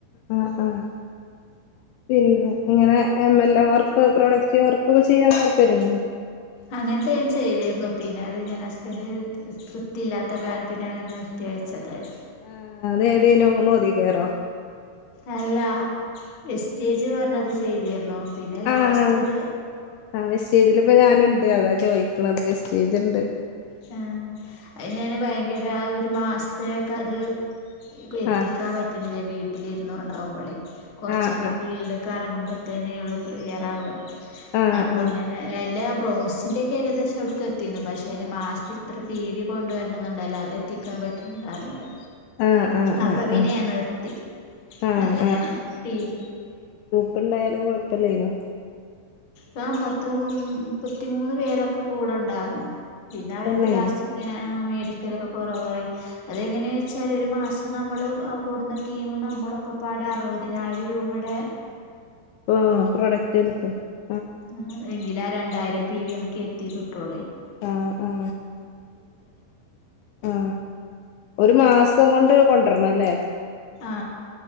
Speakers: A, on the left; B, on the left.
A: ആഹ് ആഹ് പിന്നെ ഇങ്ങനെ M L A work product വർക്കൊക്കെ ചെയ്യാൻ താല്പര്യണ്ടോ
B: അങ്ങനത്തെ ചെയ്തിരുന്നു പിന്നെ അത്ങ്ങനെ ഹസ്ബന്റിന് തൃ തൃപ്ത്തിയില്ലാത്തകാര്യം പിന്നെ അങ്ങനെ നിർത്തിവെച്ചതായിരുന്നു
A: ആ അത് ഏതെയ്നു മോദി കെയ്റോ
B: അല്ലാ വെസ്റ്റേജ് പറഞ്ഞത് ചെയ്തിര്ന്നോ? പിന്നെ ലാസ്റ്റൊരു
A: ആഹ് ആഹ് വെസ്റ്റേജില് ഇപ്പ <unintelligible> അതാ ചോയിക്ക്ണത് വെസ്റ്റേജ്ണ്ട്
B: ആ അയിന് ഞാന് ഭയങ്കര ര ഒരു മാ സ് പേക്കത് ക്ലത്തിക്കാൻ
A: ആഹ്
B: പറ്റുന്നില്ല വീ ട്ടിലിര്ന്നോണ്ടാവുമ്പളേ കൊറ്ച്ചൊക്കെ
A: ആഹ്
B: ഫീൽഡ്ക്ക് അറ്ങ്ങ്മ്പേ ത്തനെയുള്ളു ക്ലിയറാവാ
A: ആഹ്
B: അപ്പൊങ്ങനെ
A: ആഹ്
B: എല്ലാ പ്രോൺസിന്റെക്കെ ഏകദേശം അവുടുക്കത്തീണ് പക്ഷെ രെ മാ തിന് ഇത്ര പി വി കൊണ്ടുവര്ണന്ന്ണ്ടല്ലോ അതെത്തിക്കാൻ പ റ്റ്ണണ്ട് അതൊന്നേല്ല
A: ആഹ് ആഹ് ആഹ്
B: അപ്പ
A: ആഹ്
B: പിന്നെ
A: ആഹ്
B: ഞാൻ നിർത്തി
A: ആഹ്
B: അങ്ങനെ ടീം
A: പ്പണ്ടയാലും കൊഴപ്പല്ലേനു
B: ഞാൻ പത്ത് <unintelligible> മുപ്പത്തിമൂന്ന് പേരൊക്കെ കൂടെണ്ടാര്ന്നോ പിന്നെ അവരൊക്ക
A: തന്നെ
B: ലാസ്റ്റ ഇങ്ങനെ ആ മ വില്ക്കലൊക്കെ കൊറവായി അതെങ്ങനെച്ചാല് ഒരു മാസ ന്നെ നമ്മള് ആ കൂടുന്ന ടീമും നമ്മളൊക്കപാടെ അറുപതിനായിരം രൂപയുടെ
A: ഓഹ് പ്രോഡക്റ്റ് <unintelligible>
B: ആ എങ്കിലാ രണ്ട് രണ്ടായിരം പി വി നമുക്ക് എത്തി കിട്ടോളുവേ
A: ആ ആ ആ ഒരു മാസം കൊണ്ട് കൊണ്ടുരണം ല്ലേ
B: ആ